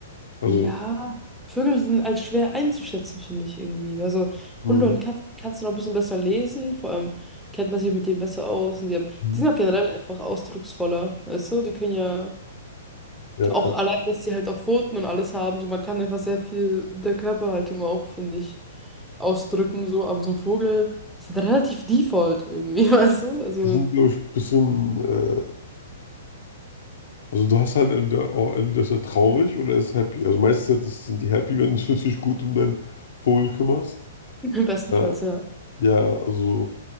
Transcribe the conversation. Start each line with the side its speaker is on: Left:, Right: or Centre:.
Left: Also,
Centre: Ja, Vögel sind als schwer einzuschätzen, finde ich irgendwie. Weil so
Left: Mhm.
Centre: Hunde und Katzen kannst du noch ein bisschen besser lesen, vor allem kennt man sich mit denen besser aus und die haben,
Left: Mhm.
Centre: die sind auch generell einfach ausdrucksvoller, weißt du? Die können ja
Left: ja,
Centre: auch
Left: ja.
Centre: allein, dass die halt auch Pfoten und alles haben, so man kann einfach sehr viel mit der Körperhaltung auch, finde ich, ausdrücken, so, aber so ein Vogel ist halt relativ default irgendwie, <laughs> weißt du? Also
Left: Die sind, glaube ich, ein bisschen, äh, also du hast halt entweder, oh, entweder ist er traurig oder er ist happy. Also meistens sind die happy, wenn du dich natürlich gut um deinen Vogel kümmerst.
Centre: bestenfalls,
Left: Äh,
Centre: ja.
Left: Ja, also